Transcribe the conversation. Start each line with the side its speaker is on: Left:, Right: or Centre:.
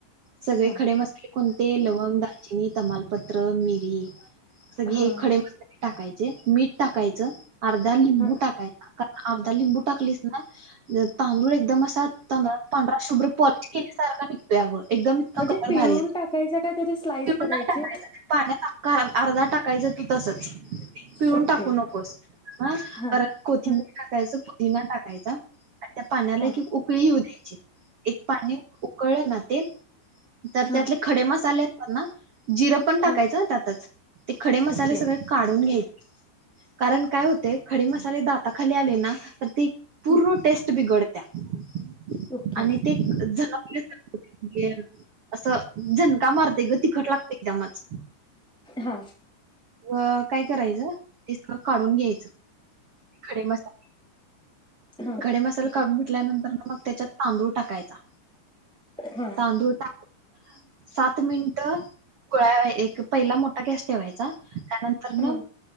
Right: सगळे
Centre: हा
Right: खडे मसाले कोणते लवंग, दालचिनी तमालपत्र, मिरी, सगळी
Centre: हा
Right: हे खडे मसाले टाकायचे मीठ टाकाय यच अर्धा लिबू
Centre: हा
Right: टाकायचा अर्धा लंबू टाकलीस <inaudible> <inaudible> तांदूळ एकदम असा तादला पांढरा शुभ्र पॉलिश केली सारखा निघतोय अग एकदम इतका
Centre: म्हणजे
Right: कलर
Centre: पिळून
Right: भारी येतोय
Centre: टाकायचं का त्याचे स्लाइस
Right: लींबू
Centre: करायचे
Right: नाय टाकायचा त्यात पाण्यात लिबू अर्धा टाकायच तसंच पिळून
Centre: ओके
Right: टाकू नकोस ह
Centre: हा
Right: परत कोथिंबर
Centre: हा
Right: टाकायचं पुदिना टाकायचा त्या पाण्याला
Centre: हा
Right: एक उकळी येऊ द्यायची एक पाणी उकळ ना ते तर
Centre: हा
Right: त्यातले खडे मसाले ना जिर पण टाकायचं
Centre: हा
Right: ना त्यातच ते खडे मसाले
Centre: ओके
Right: सगळे काढून घ्यायचे कारण काय होते खडी मसाले दाता खाली आले ना तर ती पूर्ण
Centre: हं,
Right: टेस्ट बिघडते त्या
Centre: ओके
Right: आणि ते झणपले असं झनका मारतय ग तिखट लागतय एकदमच
Centre: हा
Right: अ काय करायचं ते सगळं काढून घ्यायचं खडे मसाले
Centre: हा
Right: खडे मसाला काढून घे त्यानंतर मग त्याच्यात तांदूळ टाकायचा
Centre: हा
Right: तांदूळ टाकून सात मिनिट काय एक पहिला मोठा गॅस ठेवायचा त्यानंतर ना
Centre: हा